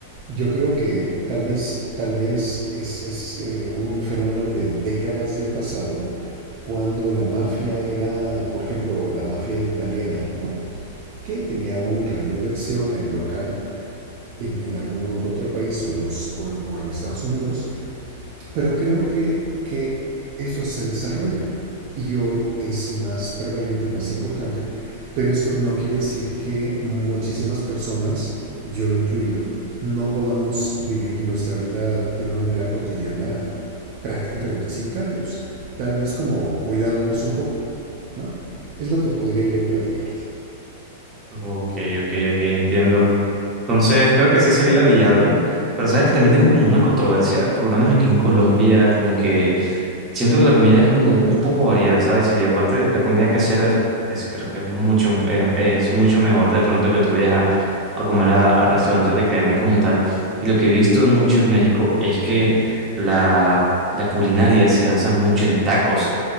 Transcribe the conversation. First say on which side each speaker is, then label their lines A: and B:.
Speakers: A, on the right; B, on the right.
A: Yo creo que tal vez, tal vez es, es, eh, un fenómeno de décadas del pasado, cuando la mafia era, por ejemplo, la mafia italiana, ¿no? Que tenía un radio de acción ahí local en, en algún otro país o en, los, o en- o en Estados Unidos, pero creo que, que eso se desarrolla y hoy es más prevalente, más importante, pero esto no quiere decir que muchísimas personas, yo incluido, no podamos vivir nuestra vida de una manera cotidiana prácticamente sin cambios, tal vez como cuidándonos un poco, ¿no? Es lo que podría yo platicarte.
B: Ok, ok, ok, entiendo. Entonces creo que sí sería viable, pero sabes que también tengo como una controversia, por lo menos aquí en Colombia, como que Siento que la comida es como un poco variada, ¿sabes? Y aparte la comida casera es, es- creo que es mucho, eh, es mucho mejor de pronto que tú vayas a, a comer a, a restaurantes de cadena y como tal. Y lo que he visto mucho en México es que la, la culinaria se basa mucho en tacos.